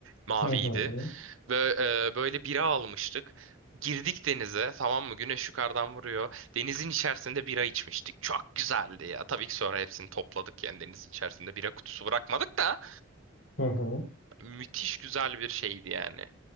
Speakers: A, on the right; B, on the left.
A: maviydi.
B: Hı hı.
A: Ve e, böyle bira almıştık. Girdik denize tamam mı? Güneş yukarıdan vuruyor. Denizin içerisinde bira içmiştik. Çok güzeldi ya. Tabii ki sonra hepsini topladık yani denizin içerisinde bira kutusu bırakmadık da
B: Hı hı.
A: müthiş güzel bir şeydi yani.